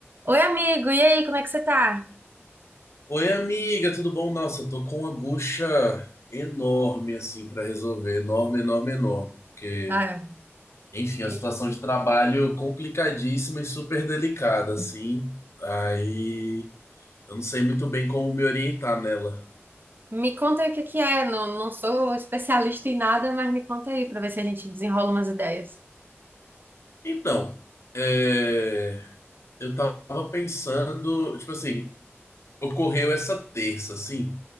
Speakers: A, on the right; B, on the left.
A: Oi, amigo, e aí, como é que você tá?
B: Oi, amiga, tudo bom? Nossa, eu tô com uma bucha enorme, assim, pra resolver. Enorme, enorme, enorme. Porque,
A: Ah,
B: enfim,
A: que-
B: a situação de trabalho complicadíssima e super delicada, assim. Aí, eu não sei muito bem como me orientar nela.
A: me conta aí o que que é, não, não sou especialista em nada, mas me conta aí pra ver se a gente desenrola umas ideias.
B: Então, é, eu tava pensando, tipo assim, ocorreu essa terça, assim.